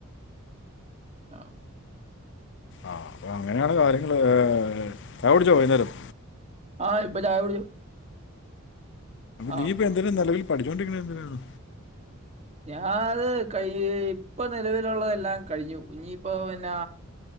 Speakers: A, on the right; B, on the left.
A: ആ
B: ആഹ അപ്പൊ അങ്ങനെയാണ് കാര്യങ്ങള് ഹ് ഛായ കുടിച്ചോ വൈന്നേരം?
A: ആ ഇപ്പൊ ഛായ കുടിച്ചു. ആ
B: നീയിപ്പൊ എന്തിനാ നെലവിൽ പഠിച്ചോണ്ടിരിക്കണ്? എന്തിനാണ്?
A: ഞാനത് കൈ ഇപ്പൊ നെലവിലുള്ളതെല്ലാം കഴിഞ്ഞു. ഇഞ്ഞി ഇപ്പൊ പിന്നെ